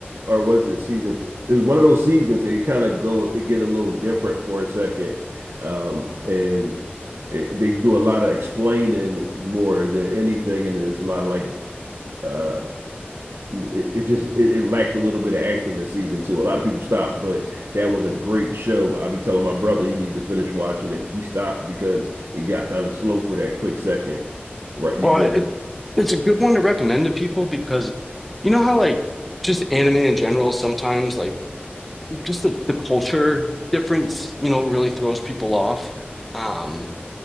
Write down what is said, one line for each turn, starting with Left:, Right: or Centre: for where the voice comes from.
Right: or was it season? It was one of those seasons. That it kind of go, it get a little different for a second, um, and it, they do a lot of explaining more than anything, and there's a lot of like uh it, it just it, it lacked a little bit of action in season two. A lot of people stopped, but that was a great show. I be telling my brother he need to finish watching it. He stopped because it got kind of slow for that quick second right before
Centre: well it, it's a good one to recommend to people because you know how like just anime in general sometimes like just the, the culture difference you know really throws people off Um,